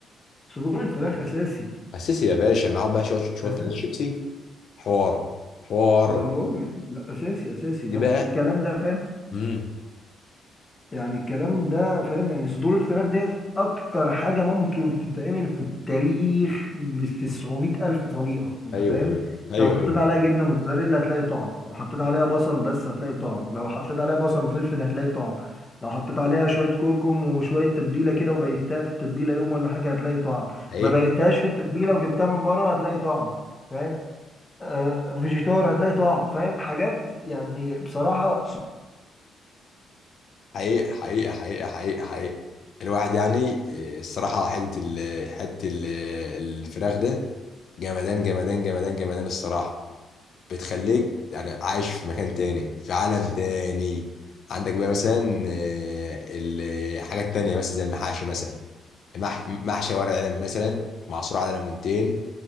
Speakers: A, on the left; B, on the left.
A: صدور الفراخ اساسي
B: اساسي يا باشا معاهم بقى شويه شويه
A: اساسي
B: بطاطس شيبسي حوار حوار
A: ما انا بقول لك لا اساسي اساسي ده
B: دي بقى
A: الكلام ده فاهم
B: امم
A: يعني الكلام ده فاهم يعني صدور الفراخ ديت اكتر حاجه ممكن تتعمل في التاريخ ب 900 الف طريقه انت
B: ايوه
A: فاهم
B: ايوه
A: انت
B: ايوه
A: لو حطيت
B: ايوه
A: عليها جبنه موتزاريلا هتلاقي طعم لو حطيت عليها بصل بس هتلاقي طعم لو حطيت عليها بصل وفلفل هتلاقي طعم لو حطيت عليها شويه كركم وشويه تتبيله كده وبيتها في التتبيله يوم ولا حاجه هتلاقي طعم
B: حقيقه
A: ما بيتهاش في التتبيله وجبتها من بره هتلاقي طعم فاهم آه، فيجيتار هتلاقي طعم فاهم حاجات يعني بصراحة
B: حقيقه حقيقه حقيقه حقيقه حقيقه الواحد يعني إيه، الصراحه حته ال حته ال الفراخ ده جمدان جمدان جمدان جمدان الصراحه بتخليك يعني عايش في مكان تاني في عالم تاني عندك بقى مثلا إيه، ال- حاجات تانية مثلا زي المحاشي مثلا مح... محشي ورق عنب مثلا معصور على ليمونتين